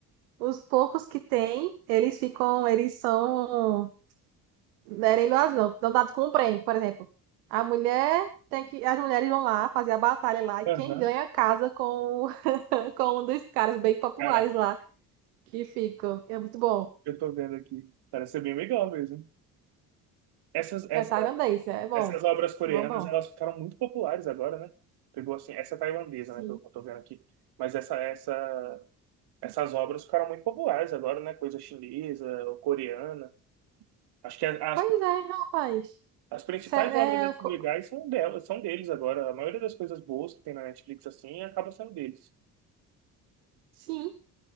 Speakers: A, on the right; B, on the right.
A: os poucos que tem, eles ficam, eles são. Não era iluas, não. Não dado com um prêmio, por exemplo. A mulher tem que. As mulheres vão lá fazer a batalha lá. E
B: Aham.
A: quem ganha casa com, o- <laughs> com um dos caras bem populares
B: Cara,
A: lá que ficam. É muito bom.
B: eu tô vendo aqui. Parece ser bem legal mesmo. Essas, essa
A: É tailandês, é bom.
B: Essas obras coreanas,
A: É bom, bom.
B: elas ficaram muito populares agora, né? Pegou assim, essa é tailandesa,
A: Sim.
B: né, pelo que eu tô vendo aqui. Mas essa, essa, essas obras ficaram muito populares agora, né? Coisa chinesa, ou coreana. Acho que a- as,
A: Pois é, rapaz.
B: as principais
A: Isso É,
B: obras das
A: é, co-
B: legais são delas, são deles agora. A maioria das coisas boas que tem na Netflix, assim, acaba sendo deles.
A: sim,